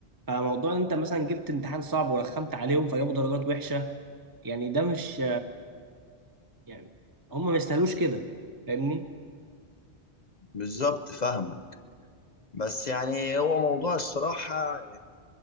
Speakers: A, on the right (about 20°); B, on the left (about 45°).
A: فموضوع ان انت مثلا جبت امتحان صعب ورخمت عليهم فجابوا درجات وحشه يعني ده مش يعني هم ما يستاهلوش كده فاهمني
B: بالظبط فاهمه بس يعني هو موضوع الصراحه